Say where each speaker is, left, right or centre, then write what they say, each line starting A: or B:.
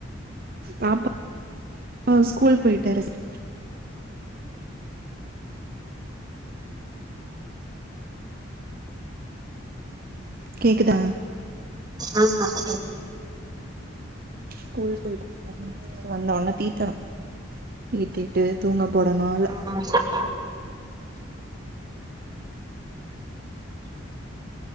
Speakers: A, on the right; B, on the right.
A: பாப்பா ஸ்கூல் போயிட்டா <unintelligible> கேக்குதா
B: ஆ கேக்குது
A: ஸ்கூல் போய் வந்த உடனே தீட்டான் தீட்டிட்டு தூங்க போடணும் ஆள
B: ஆ செர்